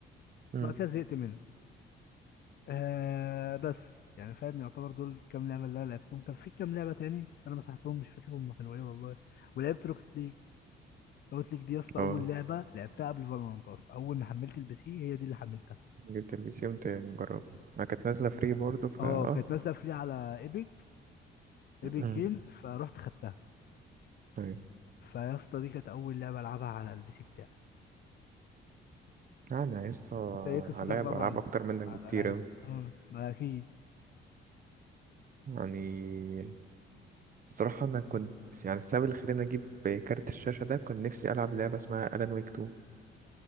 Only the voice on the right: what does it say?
مم.
اه
جبت البي سي قمت مجربها ما كانت نازلة فري برضه فا
اه
مم.
طيب
انا عايز
هلاعب
العاب
اكتر منك
بكتير
اوي
يعني الصراحة انا كنت يعني السبب اللي خلاني اجيب كارت الشاشة ده كنت نفسي العب لعبة اسمها الان ويك 2